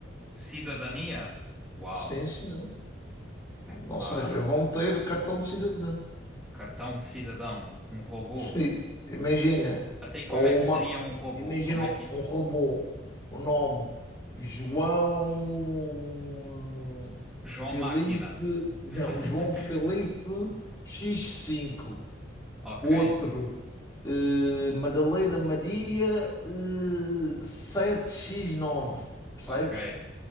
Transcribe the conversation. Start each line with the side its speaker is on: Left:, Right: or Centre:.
Centre: Cidadania? Uau.
Left: Sim, sim.
Centre: É
Left: Ou
Centre: pá,
Left: seja, vão ter cartão de cidadão.
Centre: cartão de cidadão, um robô.
Left: Sim, imagina,
Centre: Até aí como
Left: ou
Centre: é que seria
Left: uma,
Centre: um robô?
Left: imagina
Centre: Como é que isso.
Left: um robô, o nome João
Centre: João
Left: Felipe,
Centre: Máquina.
Left: não,
Centre: <laughs>
Left: João Felipe x cinco
Centre: Ok,
Left: outro, eh, Madalena Maria, eh, 7 x nove percebes?
Centre: ok.